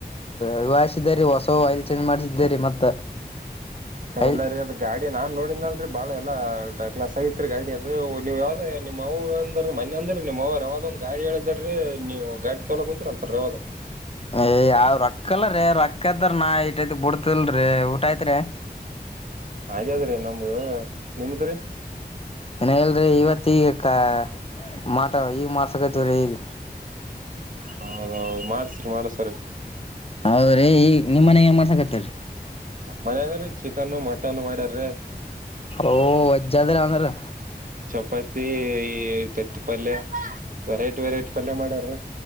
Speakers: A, on the left; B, on the right.
A: ವಿವಾಯಿಸಿದರಿ ಹೊಸ ವಯಲ್ ಚೇಂಜ್ ಮಾಡ್ಸರಿ ಮತ್ತ. ಆಯಿಲ್
B: ಎಲ್ಲಾರಿ ಅದ್ ಗಾಡಿ ನಾನ್ ನೋಡಿದ್ನಲ್ರಿ ಬಾಳ ಎಲ್ಲಾ ಡಕ್ಲಾಸ್ ಆಗಿತ್ತ್ರಿ ಗಾಡಿ ಅದ. ಅದ ನೀವು ಯಾವ್ದ ನಿಮ್ಮ ಅವು ಅಂದ್ರ ಮನೆ ಅಂದ್ರ ನಿಮ್ಮ್ವ ಯಾವ್ದ ಒಂದ್ ಗಾಡಿ ಹೇಳಿದೀ ನೀವು ಗಾಡಿ ತಲೋ <unintelligible>
A: ಏ ಯಾವ್ ರೊಕ್ಕ ಇಲ್ಲ್. ರೊಕ್ಕದ್ರ ನಾ ಐ ಬಿಡ್ತಲ್ರಿ ಊಟ ಐತ್ರಿ.
B: ಆಗ್ಯದ್ರಿ ನಮ್ದ ನಿಮದ್ರಿ.
A: ಇನ ಇಲ್ರಿ ಇವತ್ತ ಈಗ ಕ ಮಾಟ ಈಗ ಮಾಡಸಕತವ್ರಿ ಈಗ.
B: ಹೌದೌದು ಮಾಡಿಸಿ ಮಾಡಿಸಿ
A: ಹೌದ್ರಿ ನಿಮ್ಮ ಮನೆ ಏನ್ ಮಾಡಿಸಕತ್ತಿರಿ
B: ನಮ್ಮ ಮನಾಗ್ರೀ ಚಿಕನ್ ಮಟನ್ ಮಾಡ್ಯಾರಿ
A: ಓ ಜನ್ನ ಅಂದ್ರೆ
B: ಚಪಾತಿ ಈ ತತ್ತಿಪಲ್ಯ. ವೆರೈಟಿ ವೆರೈಟಿ ಪಲ್ಯ ಮಾಡ್ಯಾರ.